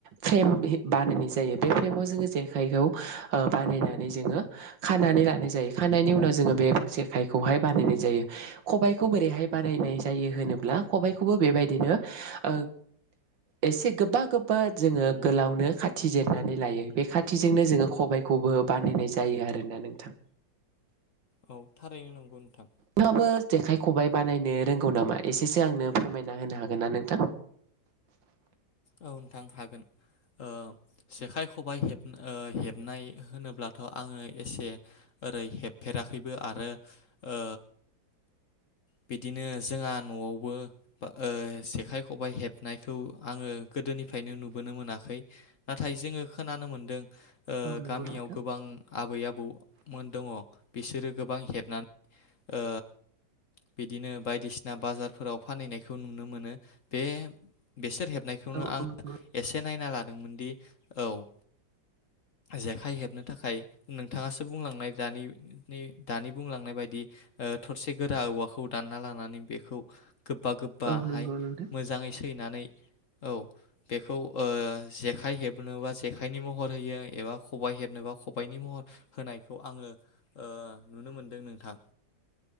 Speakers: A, on the right (about 75°); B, on the left (about 50°).
A: फ्रेमहि बानायनाय जायो बे फ्रेमाव जोङो जेखाइखौ ओ बानायनानै जोङो खानानै लानाय जायो। खानायनि उनाव जोङो बे जेखाइखौहाय बानायनाय जायो खबायखौ बोरैहाय बानायनाय जायो होनोब्ला खबाइखौबो बेबायदिनो ओ एसे गोबा गोबा जोङो गोलावनो खाथि जिरनानै लायो बे खाथिजोंनो जोङो खबाइखौबो बानायनाय जायो आरोना नोंथां।
B: औ थारैनो नंगौ नोंथां।
A: नोंहाबो जेखाइ खबाइ बानायनो रोंगौ नामा एसेसो आंनो फोरमायना होनो हागोन ना नोंथां?
B: औ नोंथां हागोन ओ जेखाइ खबाइ हेब हेबनाय होनोब्लाथ' आङो एसे ओरै हेबफेराखैबो आरो ओ बिदिनो जोंहा न'आवबो ओ जेखाइ खबाइ हेबनायखौ आङो गोदोनिफ्रायनो नुबोनो मोनाखै नाथाय जोङो खोनानो मोनदों। ओ
A: औ नंगौ
B: गामियाव
A: नोंथां
B: गोबां आबै आबौ मोन दङ'। बिसोरो गोबां हेबनानै ओ बिदिनो बायदिसिना बाजारफोराव फानहैनायखौ नुनो मोनो बे बिसोर हेब बेखौनो
A: औ
B: आङो
A: औ
B: एसे नायना लादोंमोन दि औ। जेखाइ हेबनो थाखाय नोंथाङासो बुंलांनाय दानि नि दानि बुंलांनाय बायदि ओ थरसे गोरा औवाखौ दानना लानानै बेखौ गोब्बा गोब्बाहाय
A: औ नंगौ नोंथां
B: मोजाङै सैनानै औ बेखौ ओ जेखाइ हेबनोबा जेखाइनि महर होयो एबा खबाइ हेबनोबा खबाइनि महर होनायखौ आङो ओ नुनो मोनदों नोंथां।